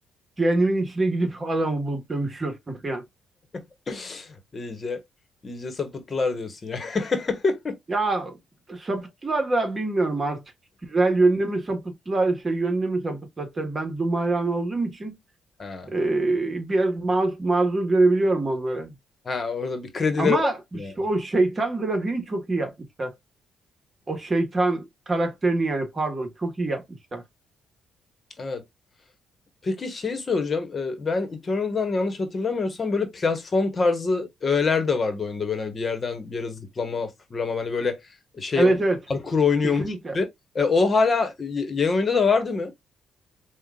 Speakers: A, on the right (about 30°); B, on the left (about 35°).
A: cehennemin içine gidip adamı bulup dövüşüyorsun falan.
B: <laughs> İyice iyice sapıttılar diyorsun ya. <laughs>
A: Ya sapıttılar da bilmiyorum artık. Güzel yönünü mü sapıttılar, şey yönünü mü sapıttılar. Tabii ben Dumayan olduğum için
B: Ha.
A: Ee, biraz maz, mazur görebiliyorum onları.
B: Ha orada bir kredileri
A: Ama
B: var yani.
A: o şeytan grafiğini çok iyi yapmışlar. O şeytan karakterini yani pardon çok iyi yapmışlar.
B: Evet. Peki şeyi soracağım. Ee, Ben Eternal'dan yanlış hatırlamıyorsam böyle platform tarzı öğeler de vardı oyunda. Böyle hani bir yerden bir yere zıplama, fırlama hani böyle şey
A: Evet
B: o
A: evet
B: parkur oynuyormuş
A: kesinlikle.
B: gibi. E, o hala y- yeni oyunda da vardı mı?